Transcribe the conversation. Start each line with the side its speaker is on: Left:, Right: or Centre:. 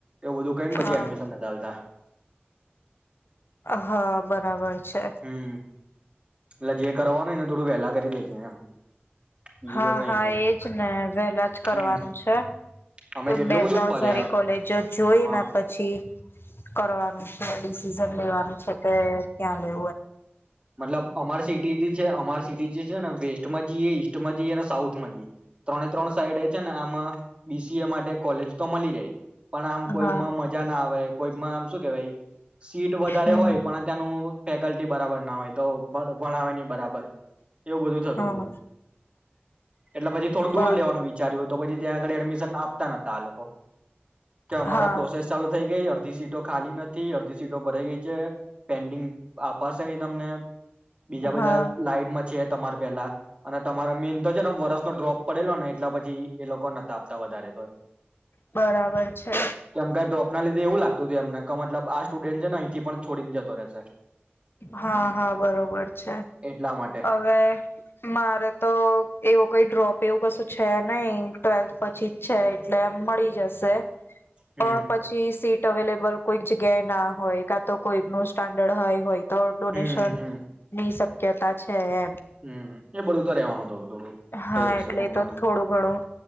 Right: એવ બધું કઈ પછી
Left: હા
Right: એડમિશન નતા આલતા.
Left: હા બરાબર છે.
Right: હમ એટલે જે કરવાનું એને થોડું વેલા કરી દેજે એમ. બીજું
Left: હા
Right: તો કઈ
Left: હા
Right: નઈ
Left: એજ ને વહેલા જ કરવાનું
Right: હમ
Left: છે
Right: અમે કેટલું
Left: બે
Right: બધું
Left: ત્રણ
Right: ફર્યા
Left: સારી કોલેજો જોઈ
Right: હા
Left: ને પછી કરવાનું છે ડિસી લેવાનું છે કે ત્યાં એ
Right: મતલબ અમારે સ સ છે અમાર સિટી જે છે ને વેસ્ટમાં જઈએ ઈસ્ટમાં જઈએ અને સાઉથ માં જઈએ ત્રણે ત્રણ સાઈડ છે ને આમાં બીસીએ માટે કોલેજ તો મળી જાય પણ આમ
Left: એમ
Right: કોઈ
Left: હા
Right: માં મજા ના આવે કોઈક માં આમ શું કે ભાઈ સીટ વધારે
Left: હમ
Right: હોય પણ ત્યાનું ફેકલ્ટી બરાબર. હોય તો ભણાવ નહી બરાબર એવું બધું થતું
Left: હા
Right: હતું એટલે પછી થોડું દૂર
Left: બર
Right: લેવાનું વિચાર્યું તો પછી ત્યાં આગળ એડમિશન આપતા નતા આ લોકો કે અમારા
Left: હા
Right: પ્રોસેસ ચાલુ થઈ ગઈ અડધી સીટો ખાલી નથી અડધી સીટો ભરાઈ ગઈ છે. પેન્ડિંગ આપપાસ. તમને બીજા
Left: હા
Right: બધા લાઈટમાં છે તમારે પેલા અને તમારે મેન તો જ. વર્ નનો ડ્રોપ પડેલો ને એટલા પછી એ લોકો નતા વધારે તોય
Left: બરાબર છે
Right: કેમ કે ડ્રોપ ના લીધે એવું લાગતું હત એમને મતલબ આ સ્ટુડન્ટ છે ન થી પણ છોડી ને જતો રહેશે
Left: હા હા બરોબર છે
Right: એટલા માટે
Left: હવે મારે તો એવું કઈ ડ્રોપ એવું કશું છે નહી <unintelligible> પછી જ છે. એટલે એમ મળી જશે
Right: હમ
Left: પણ પછી સીટ અવેલેબલ કોઈક જગ્યાએ ના હોય કા તો કોઈ નું સ્ટાન્ડર્ડ હોય હોય તો ડોનેશન
Right: હમ હમ
Left: મહી શક કેતા છે એ
Right: હમ એ બધું તો રેવાનું થોડું થોડું
Left: હા
Right: થઈ જશે
Left: એટલે
Right: વાંધોને
Left: તો થોડું ઘણું